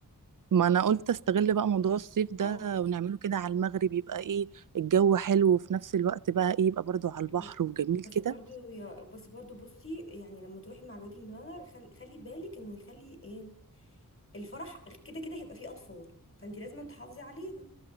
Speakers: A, on the right (about 65°); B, on the left (about 40°).
A: ما انا قلت استغل بقى موضوع الصيف ده
B: اه
A: ونعمله كده على المغرب يبقى ايه الجو حلو وفي نفس الوقت بقى ايه يبقى برضو على
B: رجاله
A: البحر وجميل
B: بس
A: كده
B: برضو يا بس برضو بصي يعني لما تروحي مع الويدنج بلانر خل... خلي بالك انه يخلي ايه الفرح كده كده هيبقى فيه اطفال فانت لازم تحافظي عليهم